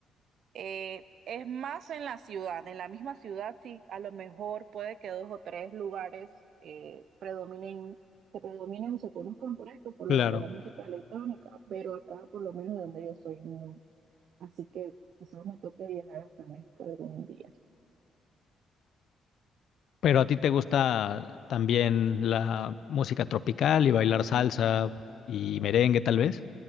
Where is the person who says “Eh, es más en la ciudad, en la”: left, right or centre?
Right